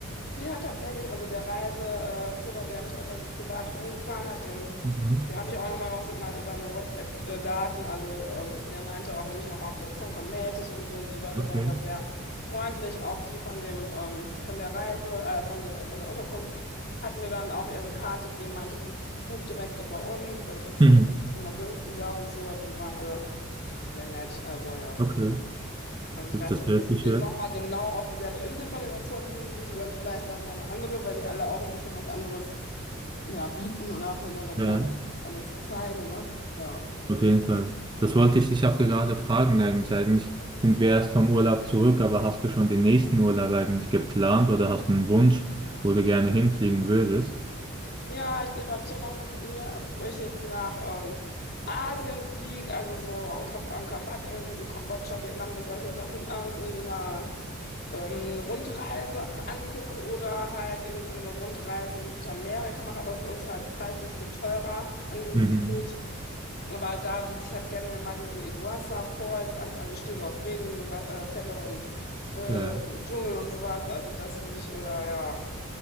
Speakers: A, on the left; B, on the right.
A: Ja, tatsächlich. Also der Reiseführer, der mich dann da so privat rumgefahren hat, den.
B: Mhm.
A: Da habe ich auch immer noch se- mal seine WhatsApp-Daten. Also ähm, der meinte auch, wenn ich nochmal auf die Erziehung komme, melde ich und so. Also die Leute
B: Okay.
A: waren da sehr freundlich. Auch die von dem, ähm, von der Reise, äh, von dem, von der Unterkunft hat mir dann auch ihre Karte gegeben, meinte, buch, buch direkt über uns, dann kriegst
B: Mhm.
A: du es immer günstiger und so. Also die waren alle sehr nett. Also ja.
B: Okay.
A: Also ich
B: Das,
A: weiß
B: das
A: nicht,
B: hört
A: ob ich jetzt
B: sich
A: unbedingt
B: ja.
A: nochmal genau auf dieselbe Insel von den Azoren fliegen würde, dann vielleicht dann eine andere, weil die alle auch ein bisschen was anderes ja, bieten oder von der Natur
B: Ja.
A: halt was anderes zeigen, ne? Ja.
B: Auf jeden Fall. Das wollte ich dich auch gerade fragen eigentlich. Eigentlich sind wir erst vom Urlaub zurück, aber hast du schon den nächsten Urlaub eigentlich geplant oder hast du einen Wunsch, wo du gerne hinfliegen würdest?
A: Ja, ich debattiere noch so mit mir, ob ich jetzt nach ähm, Asien fliege, also so Angkor, Angkor Wat, irgendwie so Kambodscha, Vietnam, mir solche Sachen äh, so in so einer ähm, Rundreise angucke oder halt irgendwie so eine Rundreise in Südamerika mache, aber es ist halt preislich viel teurer angesiedelt.
B: Mhm.
A: Aber da würde ich halt gerne mir mal diese Iguazu Falls angucken. Also ich stehe so auf Regenfälle und äh,
B: Ja,
A: Dschungel und sowas. Also das würde ich, oder ja,